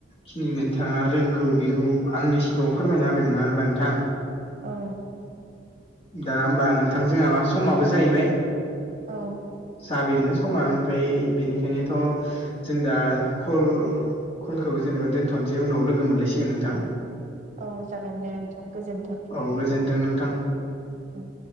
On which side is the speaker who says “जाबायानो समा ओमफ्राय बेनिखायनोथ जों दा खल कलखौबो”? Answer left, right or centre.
Left